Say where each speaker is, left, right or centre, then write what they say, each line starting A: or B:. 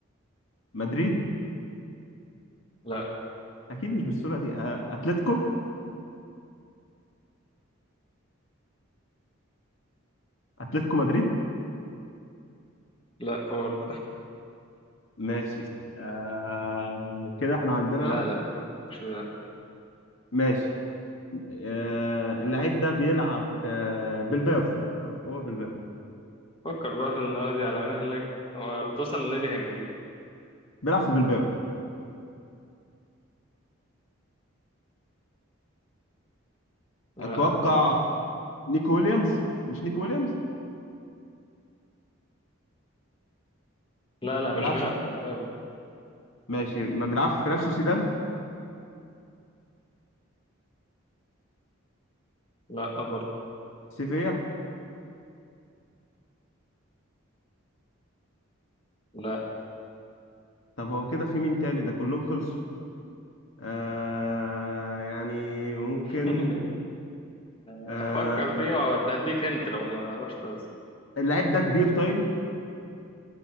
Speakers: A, on the left; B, on the left.
A: مدريد
B: لا
A: اكيد مش بالسهوله دي آه اتلتيكو اتلتيكو مدريد
B: لا برضه
A: ماشي آه كده احنا عندنا
B: لا لا مش بيلعب
A: ماشي آه، اللعيب ده بيلعب في آه، بلباو هو بلباو
B: فكر بقى في النادي على مهلك ولما توصل للنادي هتجيب
A: بيلعب في بلباو
B: لا
A: اتوقع
B: برضه
A: نيكو ويليامز مش نيكو ويليامز
B: لا لا
A: ما بيلعبش
B: مش بيلعب
A: في...
B: في الدوري
A: ماشي ما بيلعبش في ريال سوسيداد
B: لا برضه
A: سيفيا
B: لا
A: طب هو كده في مين تاني ده كلهم خلصوا آه يعني ممكن
B: <laughs>
A: آه
B: افكر فيه وهديك انت لو ما عرفتش بس
A: اللعيب ده كبير طيب